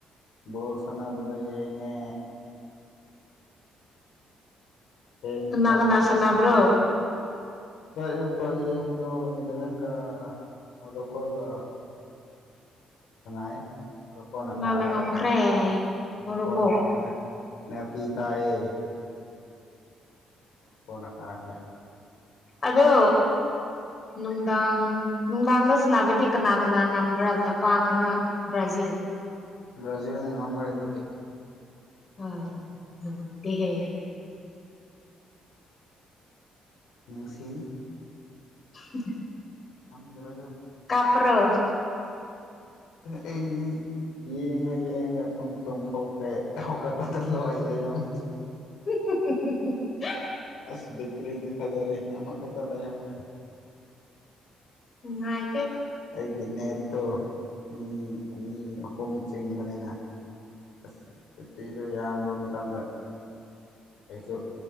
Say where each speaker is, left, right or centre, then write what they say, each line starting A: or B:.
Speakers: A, on the left; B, on the left.
A: ꯕꫭꯜ ꯁꯟꯅꯥꯕꯗꫭ ꯌꯦꯡꯉꯦ ꯊ‌ꯦꯡꯅ
B: ꯀꯅꯥ
A: ꯆꯥꯛ
B: ꯀꯅꯥ
A: ꯊꯣꯡꯉ‌ꯦ
B: ꯁꯥꯟꯅꯕ꯭ꯔꯣ
A: ꯇꫭ ꯑꯌꯨꯛꯇꫭ ꯌꯦꯡꯕꯗꯣ ꯅꯤꯖꯔꯂꯩꯟꯒ ꯃꫭꫪꫭꯀꯣꯒ ꯁꯅꯥꯏꯌ‌ꯦ ꯃꫭꫪꫭꯀꫭꯅ
B: ꯀꯅꯥꯅ
A: ꯀꯒ꯭ꯔꯦ
B: ꯉꯝꯈ꯭ꯔꯦ
A: ꯃꫭꫪꫭꯀꯣꯅꯥ
B: ꯃꯣꯔꯣꯀꯣ
A: ꯀꯒ꯭ꯔꯦ ꯅꯞꯄꯤ ꯇꯏꯌ‌ꯦ ꯃꫭꫪꫭꯀꯣꯅ ꯀꯥꯈ꯭ꯔꯦ
B: ꯑꯗꯣ ꯅꯨꯡꯗꯥꯡ ꯅꯨꯡꯗꯥꯡꯗ ꯁꯤꯟꯅꯕꯗꯤ ꯀꯅꯥ ꯀꯅꯥ ꯉꯝꯕ꯭ꯔꯥ ꯖꯄꯥꯟꯒ ꯕ꯭ꯔꯖꯤꯜ
A: ꯕ꯭ꯔꯥꯖꯤꯜꯅ ꯉꯝꯈ꯭ꯔꯦ ꯑꯗꯨꯗꯤ
B: ꯑ ꯅꯨꯡꯉꯥꯏꯗꯤ ꯍꯦ
A: ꯪꯁꯤ
B: ꯎꯝ
A: ꯅ ꯗꯕ ꯑꯗꯨꯣ
B: ꯀꯞ꯭ꯔꯣ
A: ꯑꯩꯗꯤ ꯌꯦꯡꯉ ꯌꯦꯡꯉꯒ ꯑꯗꯨꯝ ꯇꯣꯡꯊꯣꯛꯈ꯭ꯔꯦ ꯍꯧꯒꯠꯄꯗ ꯂꯣꯏ ꯂꯩꯔꯝꯃꯦ
B: <inaudible>
A: ꯑꯁ ꯦꯇ꯭ꯔꯤꯗꯤ ꯐꯖꯔꯦ ꯑꯃ ꯈꯛꯇ ꯂꯩꯥꯏ ꯍꯦ
B: ꯎꯝ ꯍꯥꯏ
A: ꯑꯩꯒꯤ ꯅꯦꯠꯇꯣ ꯃꯤ ꯑꯅꯤ ꯑꯍꯨꯝ ꯆꯤꯡꯕꯅꯤꯅ ꯑꯁ ꯎꯇꯤꯁꯨ ꯌꯥꯟꯗꯕ ꯃꯇꯝꯗ ꯑꯩꯁꯨ